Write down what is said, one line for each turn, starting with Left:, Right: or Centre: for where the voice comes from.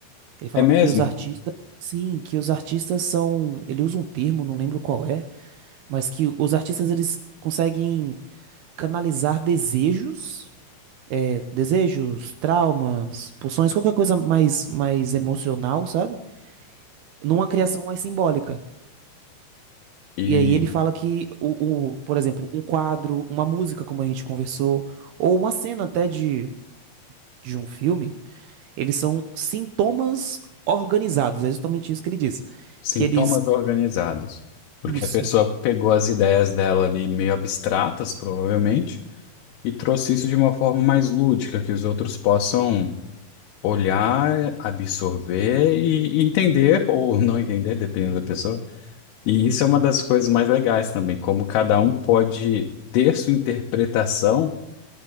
Right: Ele falava
Left: é mesmo.
Right: que os artistas, sim, que os artistas são, ele usa um termo, não lembro qual é, mas que os artistas eles conseguem canalizar desejos, é, desejos, traumas, pulsões, qualquer coisa mais mais emocional, sabe? Numa criação mais simbólica.
Left: E
Right: E aí ele fala que o, o, por exemplo, um quadro, uma música, como a gente conversou, ou uma cena até de de um filme, eles são sintomas organizados. É justamente isso que ele diz,
Left: sintomas
Right: que eles
Left: organizados. Porque
Right: isso.
Left: a pessoa pegou as ideias dela ali meio abstratas, provavelmente, e trouxe isso de uma forma mais lúdica, que os outros possam olhar, absorver e entender, <laughs> ou não entender, dependendo da pessoa. E isso é uma das coisas mais legais também, como cada um pode ter sua interpretação